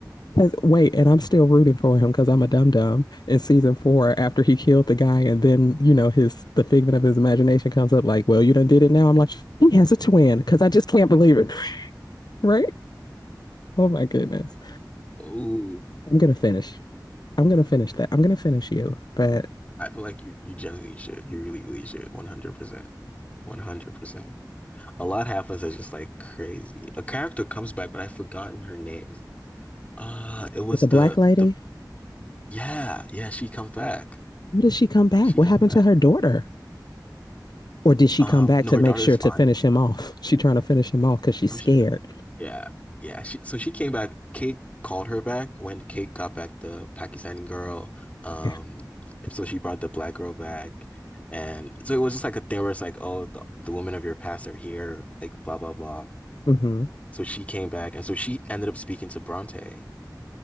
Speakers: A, on the left; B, on the left.
A: 'Cause- wait, and I'm still rooting for him because I'm a dum dum in season four after he killed the guy, and then you know his the figment of his imagination comes up like, well, you done did it now. I'm like, he has a twin because I just can't believe it, <laughs> right? Oh my goodness,
B: Mm-hmm.
A: I'm gonna finish. I'm gonna finish that. I'm gonna finish you. But
B: I feel like you you genuinely should. You really, really should. 100%. 100%. A lot happens that's just like crazy. A character comes back, but I've forgotten her name. Uh, it was
A: with the
B: the
A: black lady,
B: the yeah, yeah, she comes back.
A: when does she come back?
B: She
A: What
B: comes
A: happened
B: back.
A: to her daughter? Or did she
B: Um,
A: come back
B: no,
A: to
B: her
A: make
B: daughter's
A: sure
B: fine.
A: to finish him off? <laughs> She trying to finish him off because she's
B: Um,
A: scared.
B: she- yeah. Yeah, she so she came back. Kate called her back when Kate got back the Pakistani girl. Um,
A: Yeah.
B: so she brought the black girl back. And so it was just like a thing where it's like, oh, the, the women of your past are here, like blah blah blah.
A: Mm-hmm.
B: So she came back, and so she ended up speaking to Bronte,